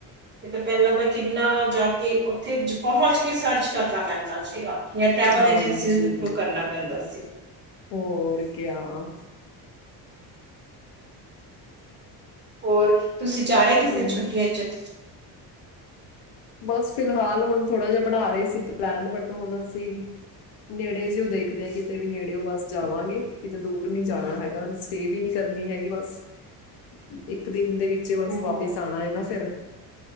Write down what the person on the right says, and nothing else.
ਇਹ ਤਾਂ ਪਹਿਲਾਂ ਤਾਂ ਕਿੰਨਾ ਜਾ ਕੇ ਤੂ ਪਹੁੰਚ ਕੇ ਸਰਚ ਕਰਨਾ ਪੈਂਦਾ ਸੀਗਾ। ਜਾਂ ਟੈਵਲ
ਏਜੰਸੀ ਉਸ ਦੇ ਥਰੂ ਕਰਨਾ ਪੈਂਦਾ ਸੀ।
ਹੋਰ। ਤੁਸੀਂ ਜਾਰੇ ਕਿਥੇ
ਛੁੱਟਟੀ ਚ
ਹੂੰ,
ਹੂੰ,